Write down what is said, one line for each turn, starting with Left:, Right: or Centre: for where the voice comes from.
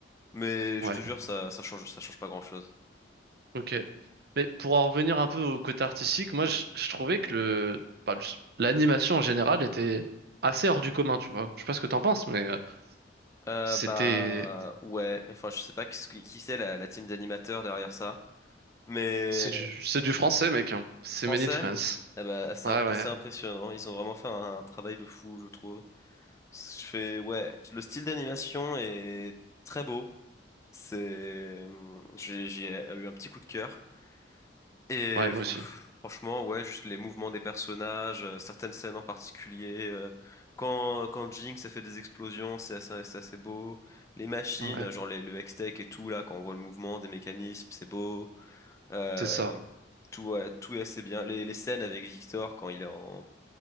Left: Mais je
Right: Ouais.
Left: te jure, ça, ça change, ça change pas grand-chose.
Right: Ok. Mais pour en revenir un peu au côté artistique, moi je, je trouvais que le, bah, le- l'animation en général était assez hors du commun, tu vois. Je sais pas ce que t'en penses, mais euh,
Left: Euh,
Right: c'était
Left: bah, ouais, enfin, je sais pas qu'est-ce qui, qui c'est la, la team d'animateurs derrière ça. Mais,
Right: c'est du c'est du français, mec. hein. C'est
Left: français,
Right: made in France.
Left: eh ben, assez,
Right: Ouais,
Left: im-
Right: ouais,
Left: assez impressionnant. Ils ont vraiment fait un, un travail de fou, je trouve. Je fais, ouais, le style d'animation est très beau. C'est, hum, j'ai j'ai euh, eu un petit coup de cœur. Et
Right: ouais, moi
Left: fran-
Right: aussi.
Left: franchement, ouais, juste les mouvements des personnages, euh, certaines scènes en particulier. euh, quand, quand Jinx, ça fait des explosions, c'est assez, c'est assez beau. Les machines,
Right: Ouais,
Left: euh, genre les- le Hextech et tout, là, quand on voit le mouvement des mécanismes, c'est beau. Euh,
Right: c'est ça,
Left: tout, ouais, tout est assez bien. Les, les scènes avec Victor, quand il est en,